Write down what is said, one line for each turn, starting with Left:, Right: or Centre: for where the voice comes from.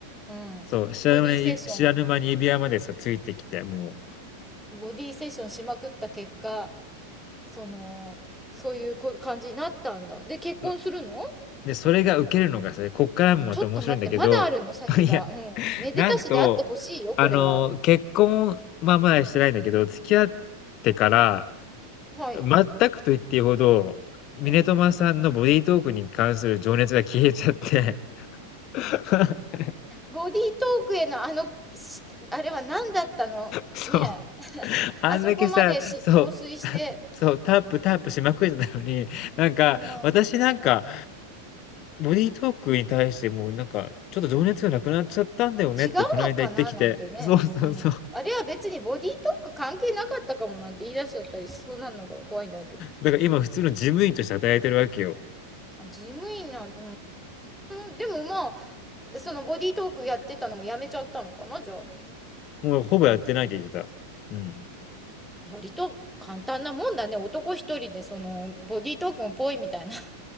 Centre: うん、
Left: そう、知らぬね、
Centre: ボディセッション、
Left: 知らぬ間に指輪までさ、ついてきて、も
Centre: ボディセッションしまくった結果、その、そういうこ感じになったんだ。で、結婚するの
Left: う、ま、で、それが受けるのがさ、こっからもまた面白いんだけど、
Centre: ちょっと待って、まだあるの先が。
Left: <laughs> いや、
Centre: うん。めでたしであってほしいよ、
Left: なんと、あの、
Centre: これは。
Left: 結婚、まあまだしてないんだけど、付き合ってから、
Centre: はい。
Left: 全くと言っていいほど、ミネトマさんのボディートークに関する情熱が消えちゃって、
Centre: うん。
Left: <laughs>
Centre: ボディートークへのあの、しあれは何だったのね
Left: そう。<laughs>
Centre: え。<laughs>
Left: あんだけさ、
Centre: あそこまでし、
Left: そう、
Centre: 陶酔して、
Left: <laughs> そう、タップタップしまくってたのに、なんか、
Centre: あの、
Left: 私なんか、
Centre: うん、
Left: ボディートークに対してもうなんか、ちょっと情熱がなくなっちゃったんだよねって、
Centre: 違うのかななんてね、
Left: この間言ってきて。そうそうそう。
Centre: うん。あれは別にボディートーク関係なかったかもなんて言い出しちゃったりしそうなのが怖いんだけど。
Left: だから今普通の事務員として働いてるわけよ。
Centre: あ、事務員なん、うーん。でもまあ、そのボディートークやってたのもやめちゃったのかな、じゃあ。
Left: もうほぼやってないって言ってた。うん。
Centre: 割と簡単なもんだね。男一人でそのボディートークもぽいみたいな。<laughs>